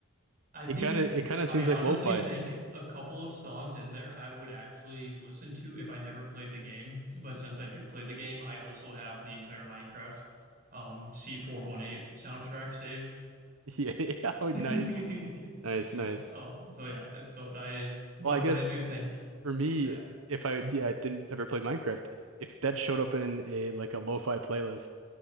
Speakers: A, on the right (about 40°); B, on the right (about 75°).
A: I
B: It
A: think
B: kind of, it kind of
A: I
B: seems
A: honestly
B: like lo-fi.
A: think
B: <laughs>
A: a couple of songs in there I would actually listen to if I never played the game. But since I do play the game, I also have the entire Minecraft um C418 soundtrack saved.
B: Yeah, oh,
A: <laughs>
B: nice, nice, nice.
A: Oh, so yeah, so I but
B: Well, I
A: but
B: guess
A: I do think
B: for me,
A: that
B: if I, yeah, I didn't ever play Minecraft. If that showed up in a like a lo-fi playlist.